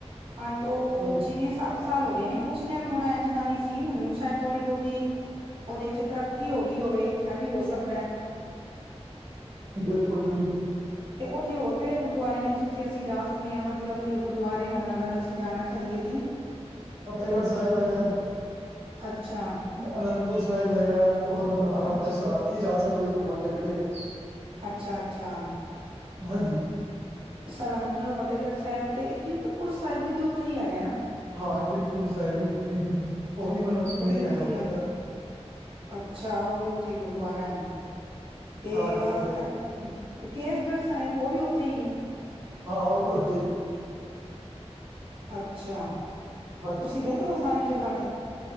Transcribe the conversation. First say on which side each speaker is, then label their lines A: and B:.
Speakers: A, on the right; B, on the right.
A: ਅੱਜ ਤੋਂ
B: ਹੂੰ
A: ਛੇ ਸੱਤ ਸਾਲ ਹੋ ਗਏ ਨੇ, ਉਸ ਟਾਈਮ ਥੋੜਾ ਇੰਝ ਦਾ ਨਹੀਂ ਸੀ, ਹੁਣ ਸ਼ਾਇਦ ਥੋੜ੍ਹੀ ਬਹੁਤੀ ਉਹਦੇ ਚ ਤਰੱਕੀ ਹੋਗੀ ਹੋਵੇ, ਐ ਵੀ ਹੋ ਸਕਦੈ।
B: ਬਿਲਕੁੱਲ- ਬਿਲਕੁੱਲ।
A: ਤੇ ਉੱਥੇ ਹੋਰ ਕਿਹੜੇ ਗੁਰਦੁਆਰੇ ਨੇ ਜਿੱਥੇ ਅਸੀਂ ਜਾ ਸਕਨੇ ਆਂ ਵਧੀਆ ਵਧੀਆ ਗੁਰਦੁਆਰੇ ਹੋਣ ਅਗਰ ਅਸੀਂ ਜਾਣਾ ਚਾਹੀਏ ਤੇ
B: ਫਤਿਹਗੜ੍ਹ ਸਾਹਿਬ ਹੈਗਾ
A: ਅੱਛਾ
B: ਅਨੰਦਪੁਰ ਸਾਹਿਬ ਹੈਗਾ ਹੋਰ ਆਪਣਾ
A: ਅੱਛਾ
B: ਉੱਥੇ ਸਰਹਿੰਦ ਵੀ ਜਾ ਸਕਦੇ ਹੋ ਘੁੰਮਣ ਨੇੜੇ ਤੇੜੇ।
A: ਅੱਛਾ -ਅੱਛਾ।
B: ਹਾਂਜੀ।
A: ਸਰਹਿੰਦ, ਫਤਿਹਗੜ੍ਹ ਸਾਹਿਬ ਤੇ ਇਹ ਕੀਰਤਪੁਰ ਸਾਹਿਬ ਵੀ ਤੇ ਉੱਥੇ ਹੀ ਹੈਗੈ ਨਾ?
B: ਹਾਂ ਕੀਰਤਪੂਰ ਸਾਹਿਬ ਵੀ ਉੱਥੇ ਹੀ ਏ, ਉਹ ਵੀ ਮੱਤਲਬ
A: ਉਹ
B: ਮੇਨ
A: ਵੀ ਉੱਥੇ
B: ਹੈਗਾ ਉੱਧਰ
A: ਹੀ
B: ਦਾ।
A: ਅੱਛਾ ਉਹ ਵੀ ਉੱਥੇ ਗੁਰਦੁਆਰਾ ਹੈ, ਤੇ
B: ਹਾਂ ਹਾਂਜੀ
A: ਆ
B: ਹਾਂਜੀ
A: ਇਥੇ ਅਤੇ ਕੇਸਗੜ੍ਹ ਸਾਹਿਬ ਉਹ ਵੀ ਉੱਥੇ ਈ ਏ?
B: ਹਾਂ ਉਹ ਵੀ ਉੱਥੇ ਹੀ
A: ਅੱਛਾ,
B: ਹਾਂਜੀ
A: ਤੁਸੀ ਗਏ ਹੋਏ ਸਾਰੀ ਜਗ੍ਹਾ ਤੇ?